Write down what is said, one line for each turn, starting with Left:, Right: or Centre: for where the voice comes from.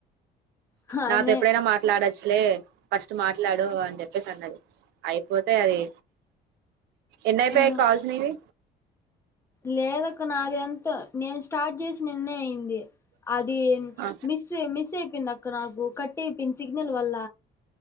Left: హా
Right: నాతో
Left: నే
Right: ఎప్పుడైనా మాట్లాడచ్చు అసలే ఫస్ట్ మాట్లాడు అని చెప్పేసి అన్నది అయిపోతే అది ఎన్నయిపో
Left: ఆహా
Right: కాస్ నది
Left: లేదక్క నాది ఎంత నేను స్టార్ట్ చేసిన నిన్నే అయింది అది
Right: ఆ
Left: మిస్ మిస్ అయి అయింది అక్క నాకు కట్ట అపోయింది సిగ్నల్ వల్ల